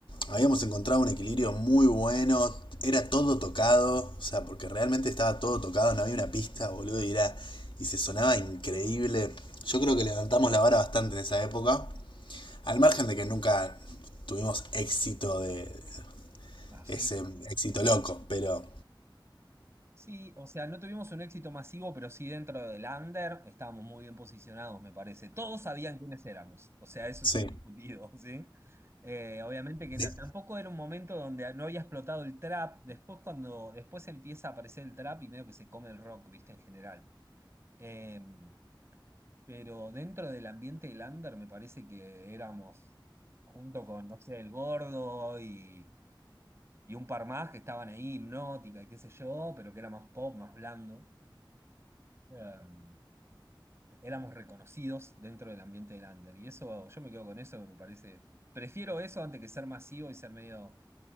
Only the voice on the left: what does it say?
Habíamos encontrado un equilibrio muy bueno. Era todo tocado, o sea, porque realmente estaba todo tocado, no había una pista, boludo, y era. Y se sonaba increíble. Yo creo que levantamos la vara bastante en esa época. Al margen de que nunca tuvimos éxito de
ese éxito loco, pero
sí.
De-